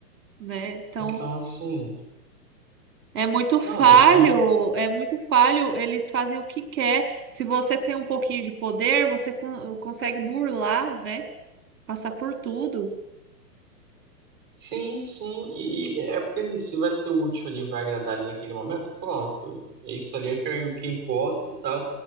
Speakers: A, on the right (about 55°); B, on the right (about 20°).
A: né? Então,
B: Então, assim,
A: é muito falho,
B: não, é, é uma
A: é muito falho, eles fazem o que quer. Se você tem um pouquinho de poder, você con- consegue burlar, né? Passar por tudo.
B: Sim, sim, e é porque se vai ser útil ali, vai agradar ali naquele momento, pronto, é isso ali é o que, o que importa e tal.